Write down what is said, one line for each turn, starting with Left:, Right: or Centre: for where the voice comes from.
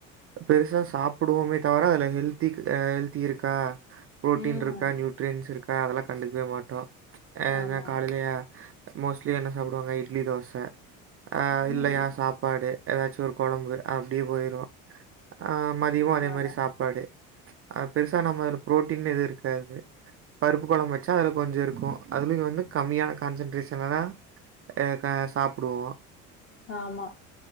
Right: பெருசா சாப்டுவோமே தவர அதுல ஹெல்தி் அ ஹெல்தி இருக்கா புரோட்டீன்ருக்கா
Left: ம்.
Right: நியூட்ரியன்ஸ் இருக்கா அதெல்லா கண்டுக்கவே மாட்டோ அ எத
Left: ஆமா.
Right: காலைலயா மோஸ்ட்லி என்ன சாப்டுவாங்க இட்லி தோச ஆ
Left: ம்.
Right: இல்லயா சாப் பாடு ஏதாச்சும் ஒரு கொழம்பு அப்டியே போயிரு ஆ மதியமு
Left: ஆமாமா.
Right: அதே மரி சாப்பாடு பெருசா நம்ம புரோட்டீன் எது இருக்காது பருப்பு கொழம்பு வச்சா அதுல கொஞ்ச இருக்கு அதுலயு வந்து கம்மியா கான்சென்ட்ரேஷனனா ஏ க சாப்டுவோ
Left: ஆமா